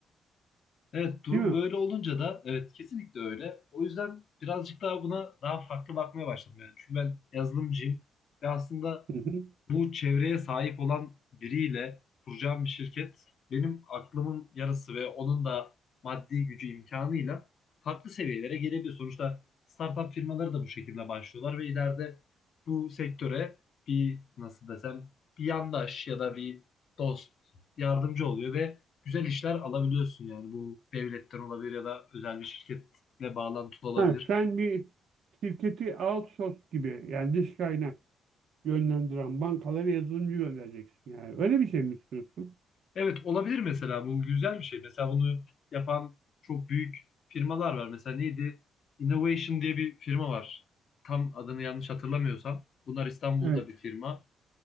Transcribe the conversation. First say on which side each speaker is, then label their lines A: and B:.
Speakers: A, on the left; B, on the right.
A: evet durum
B: Değil mi?
A: böyle olunca da evet kesinlikle öyle. O yüzden birazcık daha buna daha farklı bakmaya başladım yani. Çünkü ben yazılımcıyım ve aslında
B: Hı hı.
A: bu çevreye sahip olan biriyle kuracağım bir şirket benim aklımın yarısı ve onun da maddi gücü imkanıyla farklı seviyelere gelebilir. Sonuçta startup firmaları da bu şekilde başlıyorlar ve ileride bu sektöre bir nasıl desem bir yandaş ya da bir dost yardımcı oluyor ve güzel işler alabiliyorsun yani bu devletten olabilir ya da özel bir şirketle bağlantılı olabilir.
B: Ha, sen bir şirketi outsource gibi yani dış kaynak yönlendiren bankalara yazılımcı göndereceksin yani. Öyle bir şey mi istiyorsun?
A: Evet olabilir mesela bu güzel bir şey. Mesela bunu yapan çok büyük firmalar var. Mesela neydi? Innovation diye bir firma var. Tam adını yanlış hatırlamıyorsam. Bunlar İstanbul'da
B: Evet.
A: bir firma.